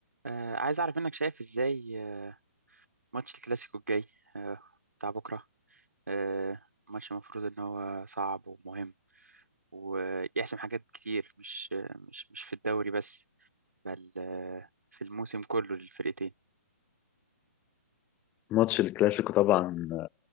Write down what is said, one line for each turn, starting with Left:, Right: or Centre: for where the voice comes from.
Right: آه عايز أعرف منك شايف إزاي آه، ماتش الكلاسيكو الجاي آه بتاع بكرة آه ماتش المفروض إن هو صعب ومهم ويحسم حاجات كتير مش آه، مش مش في الدوري بس بل آه في الموسم كله للفرقتين
Left: ماتش الكلاسيكو طبعا